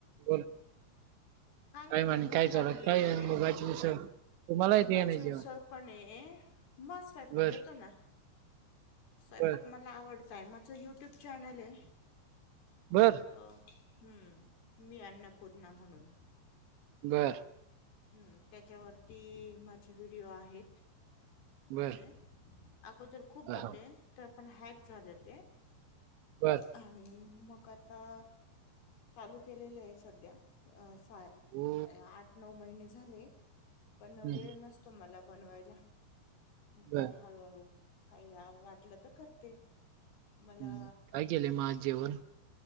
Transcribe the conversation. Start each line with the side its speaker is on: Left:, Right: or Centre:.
Right: बोला काय
Left: नाही
Right: म्हणे
Left: भूक
Right: काय
Left: लागलीये.
Right: चालु ये काय मुगाची उसळ तुम्हाला येते
Left: मुगाची
Right: का नाही जेवण
Left: उसळ पण ये मग स्वयपाक
Right: बर
Left: येतो ना. स्वयंपाक
Right: बर
Left: मला आवड टायमाच युट्यूब चॅनल ये
Right: बर
Left: अ हम् मी अन्नपूर्णा म्हणून
Right: बरं
Left: हम्म त्याच्यावरती माझे व्हिडिओ आहेत.
Right: बर
Left: असे अगोदर खुप
Right: अहो.
Left: होते. तर पण हॅक झाले ते
Right: बर
Left: आणि मग आता चालू केलेले आहे सध्या अ पाय
Right: ओ
Left: आठ नऊ महिने झाले पण
Right: हम्म.
Left: वेळ नसतो मला बनवायला मग
Right: बर
Left: काय हळूहळू काही वाटलं त करते. मला
Right: हम्म काय केलय मग आज जेवण?